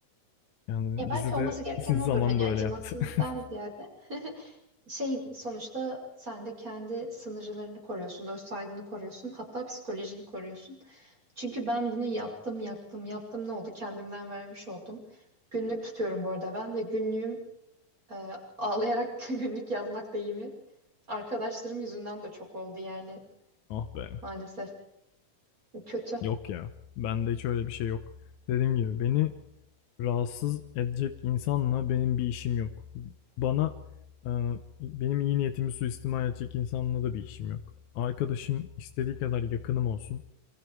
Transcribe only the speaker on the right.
Ya belki
olması
gereken
odur hani
acımasızdan
ziyade. <laughs> Şey sonuçta sen de kendi sınırlarını koruyorsun, öz saygını koruyorsun, hatta psikolojini koruyorsun. Çünkü ben bunu yaptım yaptım yaptım ne oldu kendimden vermiş oldum. Günlük tutuyorum bu arada ben ve günlüğüm e, ağlayarak <laughs> günlük yazmak deyimi arkadaşlarım yüzünden de çok oldu yani
maalesef kötü.